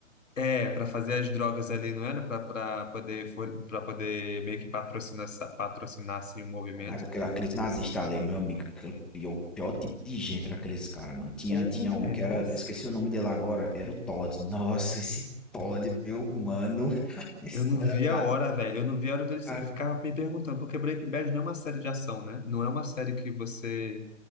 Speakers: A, on the left; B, in the centre.
A: É, para fazer as drogas ali, não era? Para poder, para poder meio que patrocinar, patrocinar assim, o movimento.
B: Pô, Mas aquela, aqueles nazistas ali, meu amigo, aquele, e o pior tipo de gente era aqueles caras, mano. Tinha,
A: Pô,
B: tinha
A: velho,
B: um que
A: nossa.
B: era, eu esqueci o nome dele agora, era o Todd. Nossa, esse Todd, meu mano, <laughs> esse
A: Eu não
B: danado.
A: vi a hora, velho. Eu não vi a hora deles.
B: Ah,
A: Eu ficava me perguntando, porque Breaking Bad não é uma série de ação, né? Não é uma série que você